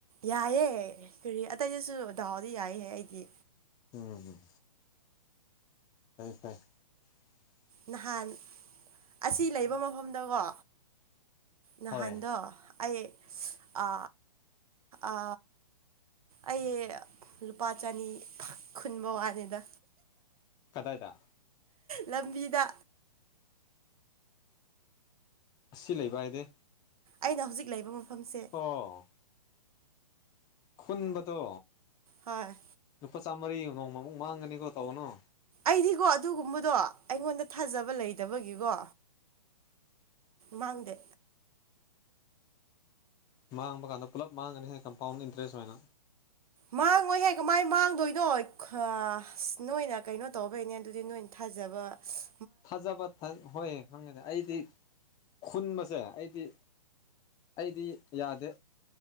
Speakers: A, on the right; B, on the left.
A: ꯌꯥꯏꯌꯦ ꯀꯔꯤ ꯑꯇꯩꯗꯁꯨ ꯗꯥꯎꯗꯤ ꯌꯥꯏꯍꯦ ꯑꯩꯗꯤ
B: ꯎꯝ꯫ ꯐꯩꯌꯦ ꯐꯩ
A: ꯅꯍꯥꯟ ꯑꯁꯤ ꯂꯩꯕ
B: ꯎꯝ
A: ꯃꯐꯝꯗꯀꯣ ꯅꯍꯥꯟꯗꯣ
B: ꯍꯣꯏ
A: ꯑꯩ ꯑ ꯑ ꯑꯩ ꯂꯨꯄꯥ ꯆꯅꯤ ꯐꯥ ꯈꯨꯟꯕ ꯋꯥꯅꯤꯗ
B: ꯀꯗꯥꯥꯏꯗ
A: ꯂꯝꯕꯤꯗ
B: ꯑꯁꯤ ꯂꯩꯕ ꯍꯥꯏꯗꯤ
A: ꯑꯩꯅ ꯍꯧꯖꯤꯛ ꯂꯩꯕ ꯃꯐꯝꯁꯦ
B: ꯑꯣ ꯈꯨꯟꯕꯗꯣ
A: ꯍꯣꯏ
B: ꯂꯨꯄꯥ ꯆꯥꯝꯃꯔꯤ ꯅꯣꯡꯃꯨꯛ ꯃꯥꯡꯒꯅꯤꯀꯣ ꯇꯧꯒꯅꯨ
A: ꯑꯩꯗꯤꯀꯣ ꯑꯗꯨꯒꯨꯝꯕꯗꯣ ꯑꯩꯉꯣꯟꯗ ꯊꯥꯖꯕ ꯂꯩꯇꯕꯒꯤꯀꯣ ꯃꯥꯡꯗꯦ
B: ꯃꯥꯡꯕ ꯀꯥꯟꯗ ꯄꯨꯂꯞ ꯃꯥꯡꯒꯅꯤꯍꯦ ꯀꯝꯄꯥꯎꯟ ꯏꯟꯇ꯭ꯔꯦꯁ ꯑꯣꯏꯅ
A: ꯃꯥꯡꯉꯣꯏꯍꯦ ꯀꯃꯥꯏ ꯃꯥꯡꯗꯣꯏꯅꯣ ꯈꯥ ꯅꯣꯏꯅ ꯀꯩꯅꯣ ꯇꯧꯕꯩꯅꯦ ꯑꯗꯨꯗꯤ ꯅꯣꯏꯅ ꯊꯥꯖꯕ ꯁ
B: ꯊꯥꯖꯕ ꯍꯣꯏ ꯈꯪꯉꯦꯅꯦ ꯑꯩꯗꯤ ꯈꯨꯟꯕꯁꯦ ꯑꯩꯗꯤ ꯑꯩꯗꯤ ꯌꯥꯗꯦ